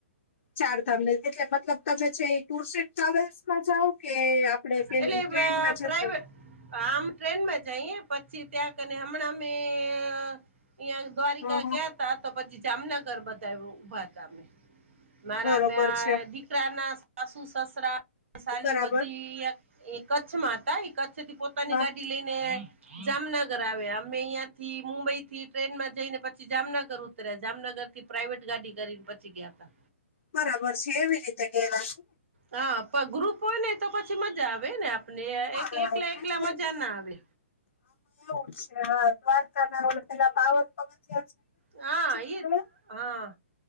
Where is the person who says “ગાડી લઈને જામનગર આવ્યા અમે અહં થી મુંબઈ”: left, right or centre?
Right